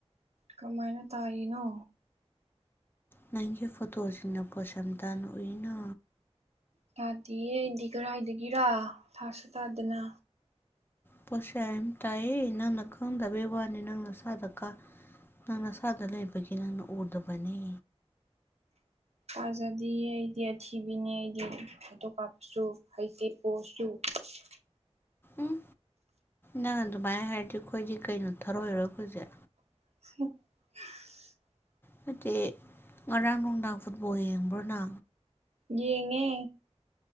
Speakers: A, on the right; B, on the left.
A: ꯀꯃꯥꯏꯅ ꯇꯥꯔꯤꯅꯣ
B: ꯅꯪꯒꯤ ꯐꯣꯇꯣꯁꯤꯡꯅ ꯄꯣꯠꯁꯝ ꯇꯅ ꯎꯏꯅ
A: ꯇꯥꯗꯦꯌꯦ ꯑꯩꯗꯤ ꯀꯔꯥꯏꯗꯒꯤꯔꯥ ꯊꯥꯁꯨ ꯇꯥꯗꯅ
B: ꯄꯣꯠꯁꯦ ꯑꯝ ꯇꯥꯏꯌꯦ ꯅꯪꯅ ꯈꯪꯗꯕꯒꯤ ꯋꯥꯅꯤ ꯅꯪꯅ ꯅꯁꯥꯗꯀꯥ ꯅꯅꯁꯗ ꯂꯩꯄꯒꯤ ꯅꯪꯅ ꯎꯔꯗꯕꯅꯦ
A: ꯐꯖꯗꯤ ꯑꯩꯗꯤ ꯑꯊꯤꯕꯤꯅꯤ ꯑꯩꯗꯤ ꯐꯣꯇꯣ ꯀꯥꯞꯁꯨ ꯍꯩꯀꯦ ꯄꯣꯁꯨ <unintelligible> <inaudible>
B: ꯎꯝ ꯅꯪ ꯑꯗꯨꯃꯥꯏꯅ ꯍꯥꯏꯔꯗꯤ ꯑꯩꯈꯣꯏꯗꯤ ꯀꯩꯅꯣ ꯊꯧꯔꯣꯏꯔꯣꯏ ꯑꯩꯈꯣꯏꯁꯦ
A: <unintelligible> <inaudible>
B: ꯅꯠꯇꯦ ꯉꯔꯥꯡ ꯅꯨꯡꯗꯥꯡ ꯐꯨꯠꯕꯣꯜ ꯌꯦꯡꯕ꯭ꯔꯣꯅ
A: ꯌꯦꯡꯉꯦ